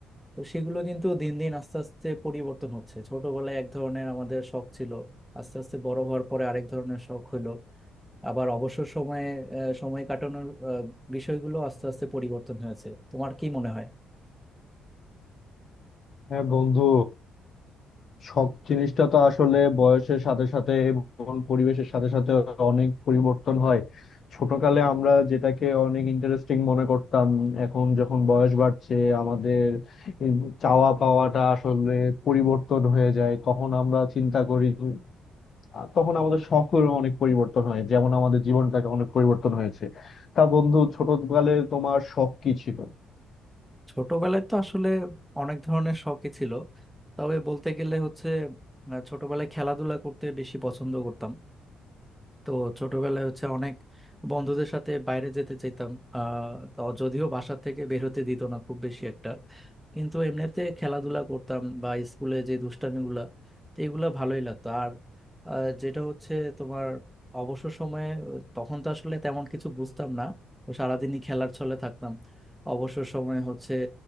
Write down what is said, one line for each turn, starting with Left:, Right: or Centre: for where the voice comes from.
Centre: তো সেগুলো কিন্তু দিন দিন আস্তে আস্তে পরিবর্তন হচ্ছে ছোটবেলায় এক ধরনের আমাদের শখ ছিল আস্তে আস্তে বড় হওয়ার পরে আরেক ধরনের শখ হলো আবার অবসর সময়ে আহ, সময় কাটানোর আহ, বিষয়গুলো আস্তে আস্তে পরিবর্তন হয়েছে তোমার কি মনে হয়
Left: হ্যাঁ বন্ধু শখ জিনিসটা তো আসলে বয়সের সাথে সাথে এবং পরিবেশের সাথে সাথে অনেক পরিবর্তন হয় ছোটকালে আমরা যেটাকে অনেক ইন্টারেস্টিং মনে করতাম এখন যখন বয়স বাড়ছে আমাদের এই চাওয়া পাওয়াটা আসলে পরিবর্তন হয়ে যায় তখন আমরা চিন্তা করি যে, আহ, তখন আমাদের শখের অনেক পরিবর্তন হয় যেমন আমাদের জীবনটাকে অনেক পরিবর্তন হয়েছে তা বন্ধু ছোটকালে তোমার শখ কি ছিল
Centre: ছোটবেলায় তো আসলে অনেক ধরনের শখই ছিল তবে বলতে গেলে হচ্ছে আহ, ছোটবেলায় খেলাধুলা করতে বেশি পছন্দ করতাম তো ছোটবেলায় হচ্ছে অনেক বন্ধুদের সাথে বাইরে যেতে চাইতাম আহ তো যদিও বাসা থেকে বের হতে দিত না খুব বেশি একটা কিন্তু এমনিতে খেলাধুলা করতাম বা স্কুলে যে দুষ্টামিগুলা তো এগুলা ভালোই লাগতো আর আহ, যেটা হচ্ছে তোমার অবসর সময়ে আহ, তখন তো আসলে তেমন কিছু বুঝতাম না তো সারাদিনই খেলার ছলে থাকতাম অবসর সময়ে হচ্ছে